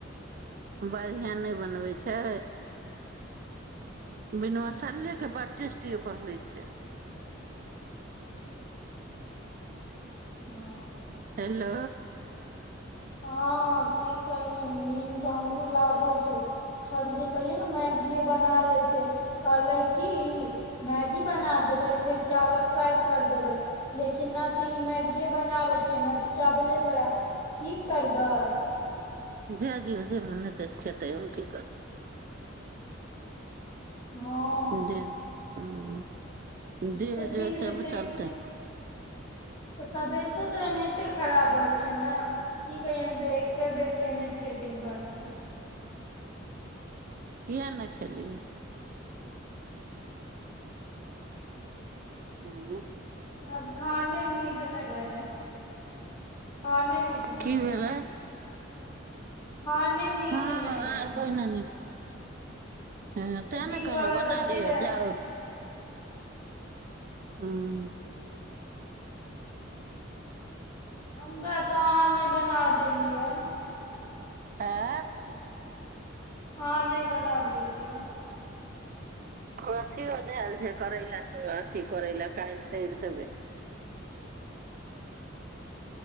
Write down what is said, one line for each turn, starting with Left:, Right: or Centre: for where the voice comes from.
Right: बढ़िआँ नहि बनबै छै बिन मसलै के बड़ टेस्टी ओकर होइ छै
Left: ओ
Right: हेलो
Left: हँ की कहियौ नीन्द तऽ हमरो लागल छै छड़ीके कहियौ ने मैगीए बना लेतै कहलै कि मैगी बना देबै फेर चावल फ्राइ करि देबै लेकिन नहि तऽ ई मैगीए बनाबै छियै नहि तऽ चावले फ्राइ की करबै
Right: जा दी हो जे मने तस खेता ह की करू
Left: हँ
Right: दे ह देहेज
Left: तऽ दिनमे
Right: छैब
Left: तऽ
Right: चलतै
Left: एके तऽ तबियतो तऽ एनाहिते खराब होइ छै ने की कहियै एके बेर खयने छियै दिन भरि सँ
Right: किए नहि खेली हँ
Left: अब खाने नीक नै रहै खाना निक नै
Right: की भेलै
Left: रहे खाने नीक
Right: हँ
Left: नै रहे
Right: आर कोहिना नहि हँ
Left: तऽ
Right: तेँ
Left: दिनवला
Right: ने कहलहु बना
Left: सब्जी
Right: लिह
Left: रहै
Right: जाउत हँ
Left: हमरा तऽ अहाँ नहि बना देलियै
Right: आँ
Left: आहाँ नहि बना देलिये
Right: अथियओ धल छै करै लए तऽ अथी करै लए काल्हि तर देबै